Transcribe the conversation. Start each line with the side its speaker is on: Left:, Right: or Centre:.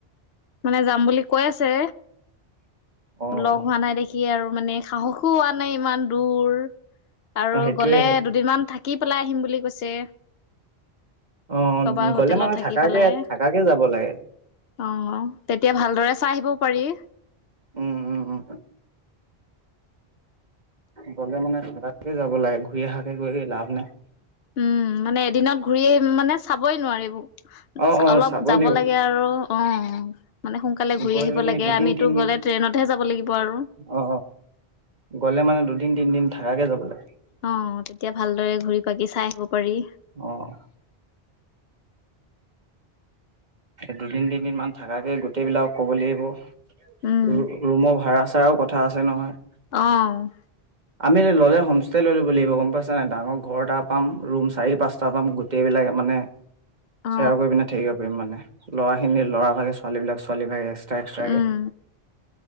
Left: মানে যাম বুলি কৈ আছে।
Right: অ'
Left: লগ হোৱা নাই দেখি আৰু মানে সাহসো হোৱা নাই ইমান দূৰ। আৰু
Right: সেইটোয়ে
Left: গ'লে দুদিনমান থাকি পেলাই আহিম বুলি কৈছে।
Right: অ
Left: কবাৰ
Right: গ'লে
Left: হোটেলত
Right: মানে
Left: থাকি
Right: থাকাকে
Left: পেলাই
Right: থাকাকে যাব লাগে।
Left: অ তেতিয়া ভালদৰে চাই আহিবও পাৰি।
Right: উম গ'লে মানে থাকাকে যাব লাগে, ঘূৰি অহাকে গৈ লাভ নাই।
Left: উম, মানে এদিনত ঘূৰি আহি মানে চাবই নোৱাৰিব।
Right: অ', অ'
Left: অলপ
Right: চাব
Left: যাব
Right: লাগিব
Left: লাগে আৰু, অ'। মানে সোনকালে ঘূৰি
Right: গৈ
Left: আহিব
Right: মেলি
Left: লাগে,
Right: দুদিন
Left: আমিতো
Right: তিনদিন
Left: গ'লে ট্ৰেইনতহে যাব লাগিব আৰু।
Right: অ গ'লে মানে দুদিন তিনদিন থাকাকে যাব লাগে।
Left: অ' তেতিয়া ভালদৰে ঘূৰি ফাকি চাই আহিব পাৰি।
Right: অ'। দুদিন তিনদিন মান থাকাকে গোটেইবলাকক ক'ব লাগিব।
Left: উম
Right: ৰু-ৰুমৰ ভাড়া চাৰাও কথা আছে নহয়।
Left: অ'।
Right: আমি ল'লে হোমষ্টে লৈ ল'ব লাগিব গম পাইছ নাই, ডাঙৰ ঘৰ এটা পাম, ৰুম চাৰি পাঁচটা পাম, গোটেইবিলাকে মানে
Left: অ
Right: শ্বেয়াৰ কৰি পিনে থাকিব পাৰিম মানে, ল'ৰাখিনি ল'ৰা ভাগে, ছোৱালীবিলাক ছোৱালী ভাগে। টা এক্সাকে
Left: উম